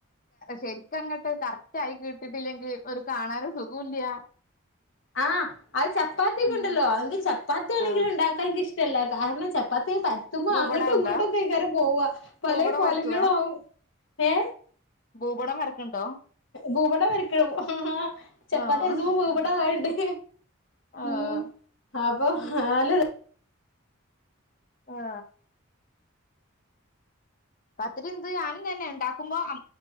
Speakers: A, on the left; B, on the left.
A: ശരിക്കങ്ങട്ട് കറക്റ്റ് ആയി കിട്ടിട്ടില്ലെങ്കി ഒരു കാണാനും സുഖു ഇല്ല്യ
B: ആ അത് ചപ്പാത്തി ഒക്ക
A: ഉം
B: ഇണ്ടല്ലോ എന്ത് ചപ്പാത്തി ആണെങ്കിലും
A: ആഹ്
B: ഇണ്ടാ ണ്ടങ്കി ഇഷ്ടല്ല കാരണം ചപ്പാത്തി പര് ത്തുമ്പം
A: ഭൂപടം
B: അങ്ങട്ടും
A: ഉണ്ടോ
B: ഇങ്ങോട്ടും ഒക്കെ അഴിക്കാരം പോവ പലെ
A: ഭൂപടം
B: കോലങ്ങളും
A: വരക്കുവോ
B: ആവും ഏ
A: ഭൂപടം വര്ക്ക്ണ്ടോ
B: ഭൂപടം വര്ക്കും ചപ്പാത്തി
A: ആഹ്
B: വരച്ചപ്പോ ഭൂപടം ആയിട്ട്
A: ആഹ്
B: ഉം അപ്പൊ ആല്ല ര
A: ആ പത്തിരി എന്ത് ഞാനും ഇതന്നെ ഇണ്ടാക്കുമ്പോ